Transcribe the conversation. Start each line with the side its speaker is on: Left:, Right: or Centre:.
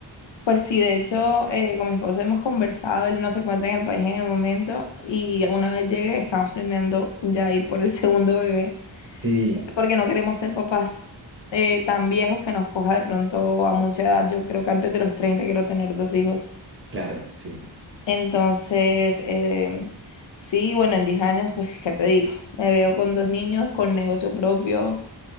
Left: Pues sí, de hecho, eh, con mi esposo hemos conversado, él no se encuentra en el país en el momento y una vez llegue estamos planeando ya ir por el <laughs> segundo bebé
Right: Sí,
Left: porque no queremos ser papás eh, tan viejos que nos coja de pronto a mucha edad. Yo creo que antes de los 30 quiero tener dos hijos.
Right: claro, sí.
Left: Entonces, em, sí, bueno, en 10 años, pues, ¿qué te digo? Me veo con dos niños, con negocio propio,